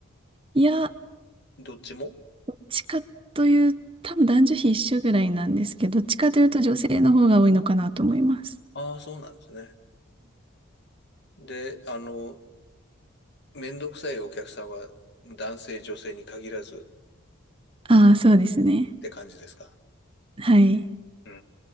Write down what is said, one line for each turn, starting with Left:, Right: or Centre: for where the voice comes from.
Right: いや、
Left: どっちも
Right: どっちかという、多分男女比一緒ぐらいなんですけど、どっちかというと女性の方が多いのかなと思います。
Left: ああー、そうなんですね。で、あの、めんどくさいお客さんは男性、女性に限らず
Right: ああ、そうですね。
Left: って感じですか
Right: はい。
Left: うー